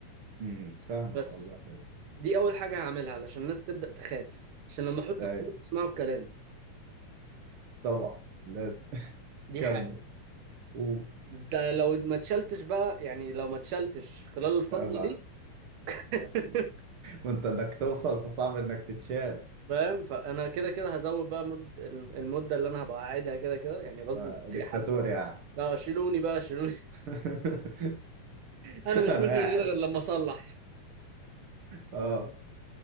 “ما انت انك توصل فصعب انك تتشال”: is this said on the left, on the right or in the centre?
Right